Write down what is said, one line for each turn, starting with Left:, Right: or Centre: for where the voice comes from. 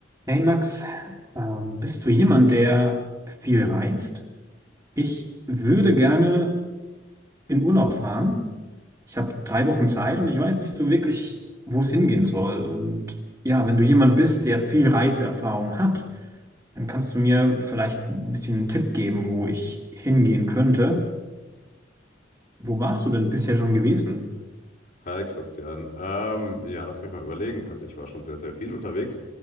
Right: Hey Max, ähm, bist du jemand, der viel reist? Ich würde gerne in Urlaub fahren. Ich habe drei Wochen Zeit und ich weiß nicht so wirklich, wo es hingehen soll. Und ja, wenn du jemand bist, der viel Reiseerfahrung hat, dann kannst du mir vielleicht ein bisschen einen Tipp geben, wo ich hingehen könnte. Wo warst du denn bisher schon gewesen?
Left: Hi Christian. Ähm, ja, lass mich mal überlegen. Also ich war schon sehr, sehr viel unterwegs.